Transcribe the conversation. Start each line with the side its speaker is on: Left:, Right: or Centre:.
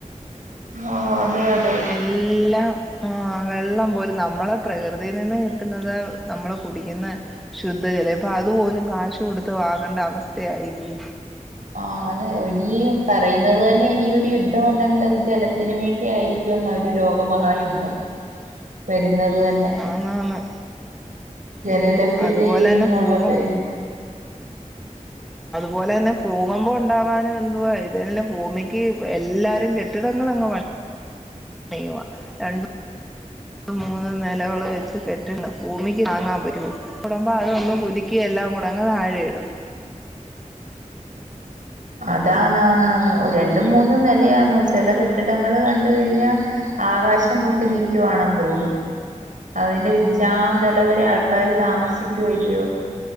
Right: ആഹ് അതെ അതെ
Centre: എല്ലാം ആ വെള്ളം പോലും നമ്മളെ പ്രകൃതീനിന്ന് കിട്ടുന്നത് നമ്മള് കുടിക്കുന്ന ശുദ്ധ ജലം ഇപ്പൊ അതുപോലും കാശ് കൊടുത്ത് വാങ്ങണ്ട അവസ്ഥയായില്ലേ
Right: ആ അത് ഒനീ പറയുന്നത് ത ന്നെ ഇനിയൊരു യുദ്ധവൊണ്ടെങ്കിലത് ജലത്തിന് വേണ്ടി ആയിരിക്കും എന്ന ഒരു ലോകമഹായുദ്ധം വരുന്നത് തന്നെ
Centre: ഉം ആന്നാന്ന്
Right: ജലലഭ്യതയിൽ
Centre: ഉം അതുപോലെ
Right: നിന്നുള്ള
Centre: തന്നെ ഭൂകം
Right: വെ
Centre: പോലെന്നെ ഫൂകമ്പം ഒണ്ടാവാന് എന്തുവാ ഇത് എല്ലാം ഭൂമിക്ക് എല്ലാരും കെട്ടിടങ്ങളങ്ങ് പ ണിയുവ രണ്ടും മൂന്നും നെലകള് വെച്ച് കെട്ടിടം ഭൂമിക്ക് താങ്ങാൻ പറ്റുവോ <unintelligible> അതൊന്ന് കുലുക്കി എല്ലാം കൂടെ അങ്ങ് താഴെയിടും.
Right: അത് താന്ന് ആന്ന് ആന്ന് ഒരണ്ടും മൂന്നും നെലയാന്നോ ചില കെട്ടിട ടങ്ങള് കണ്ട് കഴിഞ്ഞ ആകാശം മുട്ടി നിക്കുവാണെന്ന് തോന്നും. അതിന്റെ ഉച്ചാന്തല
Centre: ആന്ന്
Right: വരെ ആൾക്കാര് താമസി ക്കുവേ ല്ലിയോ